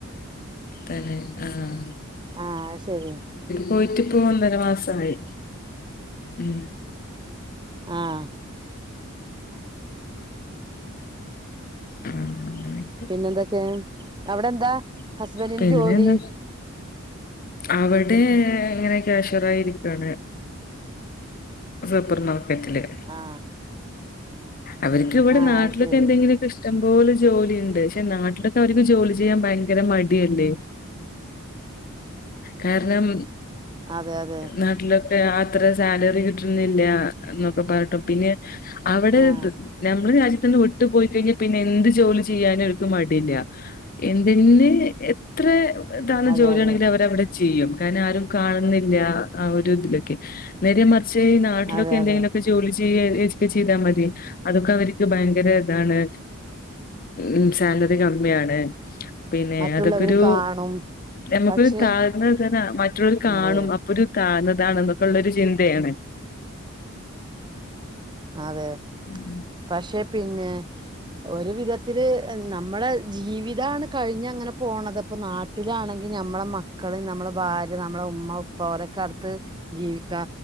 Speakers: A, on the left; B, on the right.
A: തന്നെ ആഹ
B: ആഹ ശരി
A: പോയിട്ടിപ്പോ ഒന്നര മാസമായി ഉ
B: ആഹ
A: ആ അങ്ങനെയൊക്കെ
B: പിന്നെ എന്തൊക്കെ അവിടെ എന്താ ഹസ്ബൻറിിന്റെ
A: പിന്നെന്താ
B: ജോലി
A: അവിടെ എങ്ങനെൊക്കെഷറായിരിക്കയാണ് സൂപ്പർ നാൽക്കറ്റില്േ
B: ആ
A: അവർക്ക് ഇവിടെ
B: ആ
A: നാട്ടിലൊെ
B: ശരി
A: എന്തെങ്കിലൊക്കെ ഇ ഇഷ്ടംപോലെ ജോലി ഉണ്ട് പക്ഷെ നാട്ടിലൊക്കെ അവർക്ക് ജോലി ചെയ്യാൻ ഭയങ്കര മടിയല്ലേ കാരണം
B: അതെ അതെ
A: നാട്ടിലൊക്കെ അത്ര സാലറി കിട്ടുന്നില്ല എന്നൊക്കെ പറഞ്ഞട്ടോ പിന്നെ അവിടെ
B: ആ
A: നഞമ്മള് രാജ്യത്തന്നെ ഒട്ടു പോയി കഴിഞ്ഞ പിന്നെ എന്ത് ജോലി ചെയ്യാനും അവക്ക് മടിയില്ല എന്തിന് എത്ര എതാന
B: അതെ
A: ജോലിയാണെങ്കിൽ
B: അതെ
A: അവ അവിടെ ചെയ്യും കാരണം ആരും കാണുന്നില്ല ആ ഒരു ഇതിലൊക്കെ നേരെ പക്ഷേ നട്ടിലക്കെ
B: അതെ
A: എന്തെങ്കിലുമക്കെ
B: അതെ
A: ജോലി ചെയെ ചെയ്താ മറ്റതി അതൊക്കെ അവക്ക് ഭയങ്കര ഇതാണ് ഉ സാലറി കമ്മിയാണ് പിന്നെ
B: മറ്റുള്ളവര്
A: അതൊക്കൊരു
B: കാണും
A: നമുക്കൊരു
B: പക്ഷെ
A: താഴ്ന്ന തന്നെ മറ്റുള്ളവർ കാണും
B: അതെ
A: അപ്പൊ ഒരു തുന്നതാണെന്നൊക്കെ ഉള്ളൊരു ചിന്തയാണ്
B: അതെ
A: ഉം
B: പക്ഷെ പിന്നെ ഒരു വിധത്തില് നമ്മുടെ ജീവിതാണ് കഴിഞ്ഞ അങ്ങനെ പോണത് ഇപ്പൊ നാട്ടിലാണെങ്കിൽ നമ്മ മക്കള നമ്മ ഭാര് നമ്മ ഉമ്മ ഉപ്പരക്കെ ജീവിക്ക